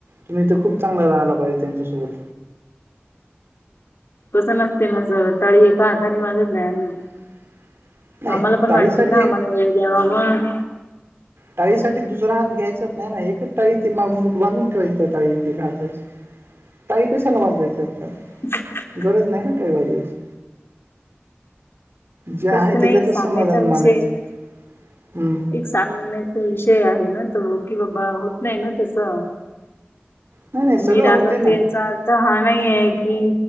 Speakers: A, on the right (about 70°); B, on the left (about 70°).
A: तुम्ही तर खूप चांगलं राहाला पाहिजे त्यांच्यासोबत.
B: तसं नसते ना सर. टाळी एका हाताने वाजत नाही ना.
A: <inaudible>
B: आम्हाला पण
A: टाळीसाठी
B: वाटते ना, आम्हाला वेळ द्यावा मग
A: टाळीसाठी दुसरा हात घ्यायचाच नाही ना. एकच टाळी ते मागून बांधून ठेवायची त्या टाळी एका हाताची. टाळी कशाला वाजवायचं आपल्याला.
B: <unintelligible>
A: गरज नाही ना टाळी वाजवायची. जे आहे
B: तस नाही
A: त्याच्यातच
B: एक सांगायचा
A: समाधान
B: विषय
A: मानायचं
B: हे
A: हम्म
B: एक सांगण्याचा विषय आहे ना तो, की बाबा होत नाही ना तसं.
A: नाही नाही सगळं
B: मी रागवते
A: होते ना
B: याचा अर्थ हा नाही आहे की,